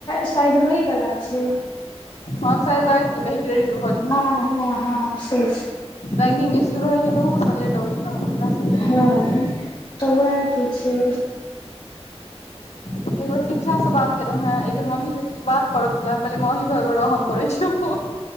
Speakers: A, on the left; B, on the left.
A: शायद होइवला छै
B: हँ शायद रातिमे कही क्रेडिट
A: हँ हँ हँ से
B: बंिंग इ्य रहै छै त ब लेटै ने मैसेज होबऽमे
A: हँ तबै छै
B: एक बेर शिक्षा सँ बात केलहुँ हेँ एक बेर मम्मी सँ किछु बात करऽ के छले कहलै मामी घर में रह हम करै छियौ फोन